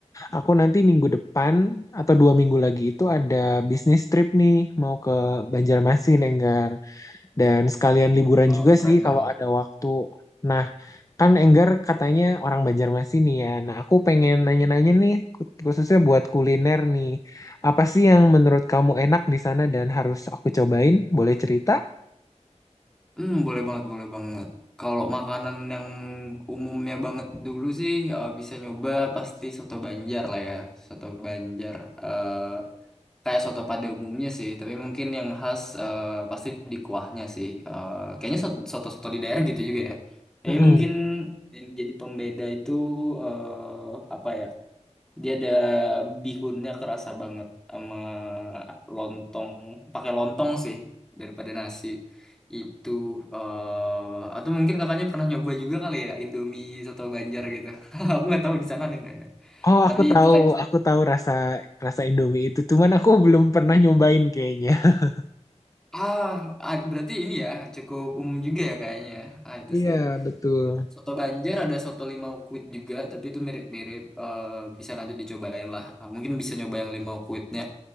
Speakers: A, on the left; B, in the centre.
A: aku nanti minggu depan atau dua minggu lagi itu ada bisnis trip nih mau ke Banjarmasin Enggar. Dan sekalian liburan
B: Oh,
A: juga
B: keren
A: sih kalau
B: banget.
A: ada waktu. Nah, Kan Enggar katanya orang Banjarmasin nih ya. Nah, aku pengen nanya-nanya nih, khu- khususnya buat kuliner nih. Apa sih yang menurut kamu enak di sana dan harus aku cobain? Boleh cerita?
B: Hmm, boleh banget, boleh banget. Kalau makanan yang umumnya banget dulu sih eh, bisa nyoba pasti soto Banjar lah ya. Soto Banjar eh kayak soto pada umumnya sih, tapi mungkin yang khas eh, pasti di kuahnya sih. Eh, kayaknya sot- soto-soto di daerah gitu juga ya. Jadi
A: Mm-mm.
B: mungkin yang jadi pembeda itu eh apa ya? Dia ada bihunnya kerasa banget sama lontong, pakai lontong sih daripada nasi. Itu eh atau mungkin kakaknya pernah nyoba juga kali ya Indomie soto Banjar gitu. <laughs> Aku nggak tahu di sana ada nggak ya.
A: Oh,
B: Tapi
A: aku tahu,
B: itu kayak
A: aku tahu rasa rasa Indomie itu. Cuman aku belum pernah nyobain kayaknya. <laughs>
B: ah ad- berarti ini ya cukup umum juga ya kayaknya. ya. Ah itu
A: Iya,
B: sih.
A: betul.
B: Soto Banjar ada soto limau kuit juga, tapi itu mirip-mirip eh bisa nanti dicobain lah. Ah, Mungkin bisa nyoba yang limau kuitnya